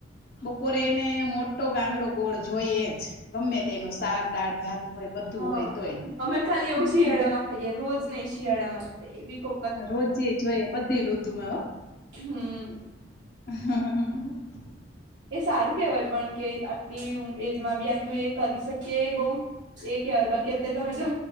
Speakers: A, on the left; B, on the right.
A: બપોરે એને મોટો ગાંગડો ગોળ જોઈએ જ ગમે તેનું શાક, દાળ, ભાત. હોય બધું
B: હા
A: હોય
B: અમે ખાલી
A: તોય
B: એવું શિયાળામાં ખાઈએ રોજ નહી શિયાળામાં એ બી કો
A: રોજે જોઈએ બધી ઋતુમાં હો.
B: હમ્મ.
A: હા હા હા
B: એ સારું કેહેવાય પણ કે આટલી એજમાં બી આટલું એ કરી શકીએ બવ. એ કહેવાય બાકી અત્યારે તમે જો